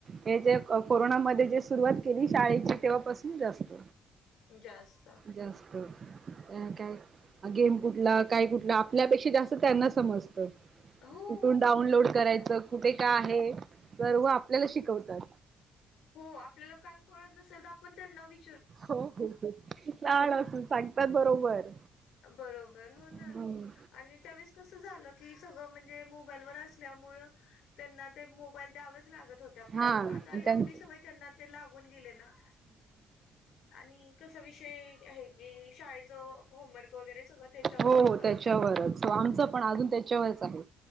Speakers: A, on the right; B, on the left.
A: हे जे कोरोनामध्ये जे सुरुवात केली शाळेची तेव्हापासून असत.
B: जास्त.
A: जास्त काय गेम कुठला काय कुठलं. आपल्यापेक्षा जास्त त्यांना समजतं
B: हो
A: कुठून डाउनलोड करायचं. कुठे काय आहे सर्व आपल्याला शिकवतात.
B: हो आपल्याला काही कळत नसेल तर आपण नवी.
A: हो हो लान असून सांगतात बरोबर.
B: बरोबर हो ना.
A: हम्म
B: आणि त्यावेळेस कसं झालं की सगळं म्हणजे मोबाईलवर असल्यामुळ. त्यांना ते मोबाईल द्यावच लागत होत. आपल्याला
A: हा
B: आता एवढी
A: त्यांच
B: सवय त्यांना ते लागून गेले ना. आणि कसा विषय आहे की शाळेचं होमवर्क वगैरे सगळं. त्याच्यावरच
A: हो
B: येतं
A: हो
B: आता.
A: त्याच्यावरच. आमचं पण अजून त्याच्यावरच आहे